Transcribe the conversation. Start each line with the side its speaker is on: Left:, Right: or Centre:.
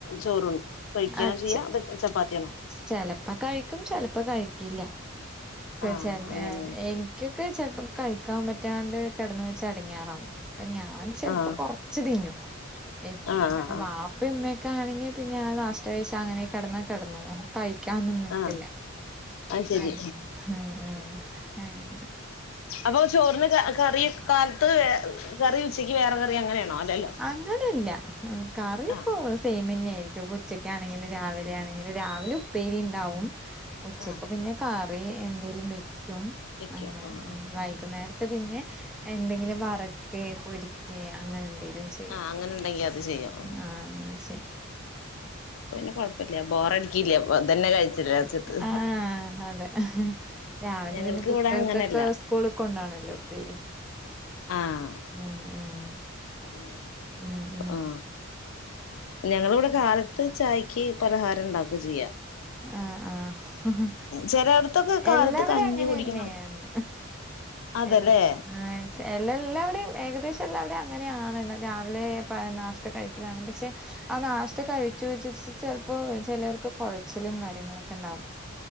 Left: ചോറ് കഴിക്കാ
Centre: അച്ച
Left: ചെയ്യാ അതോ ചപ്പാത്തിയാണോ
Centre: ചെലപ്പോ കഴിക്കും ചെലപ്പോ കഴിക്കില്ല
Left: ആഹ്
Centre: ച എനി
Left: അങ്ങനെയാണ്
Centre: എനിക്കൊക്കെ ചെലപ്പോൾ കഴിക്കാൻ പറ്റാണ്ട് കിടന്ന് വെച്ചാ എടങ്ങാറാവും അപ്പം ഞാൻ ചെലപ്പോൾ
Left: ആഹ്
Centre: കുറ ച്ച്തിന്നും ഇപ്പം
Left: ആഹ് ആഹ് ആഹ്
Centre: ഇമ്മയ്ക്കാണെങ്കി പിന്നെ ആ നഷ്ടം ഴിച്ചാ അങ്ങനെ കിടന്നാ കിടന്നതാ കഴിക്കാനും നിക്കില്ല
Left: ആഹ് അത് ശരി
Centre: അങ്ങനെ ഉം ഉം അങ്ങനെ
Left: അപ്പൊ ചോറിന് കറി കാലത്ത് കറി ഉച്ചക്ക് വേറെ കറി അങ്ങനെയാണോ അല്ലല്ലോ
Centre: അങ്ങനെയില്ല കറി
Left: ആഹ്
Centre: കോ സെമന്നെ ആയിരിക്കും അപ്പൊ ഉച്ചക്കാണെങ്കിലും രാവിലെ ആണെങ്കിലും രാവിലെ ഉപ്പേരി ഉണ്ടാവും ഉച്ചക്ക്
Left: ആഹ്
Centre: പിന്നെ കറി എന്തേലും വെക്കും
Left: വെക്കും
Centre: അങ്ങനെ
Left: ആഹ് ആഹ്
Centre: വൈകുന്നേര പിന്നെ എന്തെങ്കിലും വറക്ക പൊരിക്ക അങ്ങനെ എന്തെങ്കിലും ശരി
Left: ആഹ് അങ്ങനെ ഉണ്ടെങ്കി അത് ചെയ്യാം
Centre: ആഹ് അങ്ങനെ ശരി
Left: അപ്പൊ പിന്നെ കൊഴപ്പില്ല ബോറടിക്കില്ല അ തന്നെ കഴിച്ചില്ല രാജ്യത്ത്
Centre: ആഹ് അതെ രാവിലെ
Left: ഞങ്ങൾക്ക്
Centre: പിന്നെ കുട്ടികൾക്കൊക്കെ
Left: ഇവിടെ അങ്ങനെയല്ല
Centre: സ്കൂൾ കൊണ്ടോണല്ലോ ഉപ്പേരി
Left: ആഹ്
Centre: ഉം ഉം
Left: അപ്പൊ പിന്നെ
Centre: ഉം ഉം
Left: ആഹ് ഞങ്ങളിവിടെ കാലത്ത് ചായയ്ക്ക് പലഹാരം ഉണ്ടാക്കുക ചെയ്യാ
Centre: ആഹ് ആഹ്
Left: ചിലയിടത്തൊക്കെ കാലത്ത്
Centre: എല്ലാവിടെ
Left: കഞ്ഞി
Centre: അങ്ങനെന്നെയെയാണ്
Left: കുടിക്കണം അതല്ലേ
Centre: എല്ല ആഹ് പക്ഷെ എല്ല എല്ലാവവിടെയും ഏകദേശം എല്ലാംവിടെയും അങ്ങനെയാണ് രാവിലെ നാഷ്ട കഴിക്കലാണ് പക്ഷേ ആഹ് നാശ്ത കഴിച്ചു വിചാരിച്ചു ചിലപ്പോ ചെലർക്ക് കൊഴ ച്ചലും കാര്യങ്ങളൊക്കെ ഉണ്ടാവും